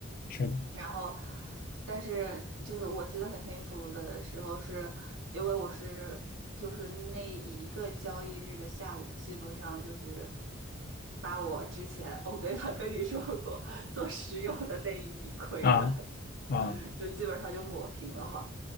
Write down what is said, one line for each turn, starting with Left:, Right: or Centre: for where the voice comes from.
Left: 是的。
Right: 然后，但是就是我记得很清楚的时候是，因为我是就是那一个交易日的下午，基本上就是把我之前我跟他跟你说过做石油的那一笔亏的，
Left: 啊啊，
Right: 就基本上就抹平了嘛。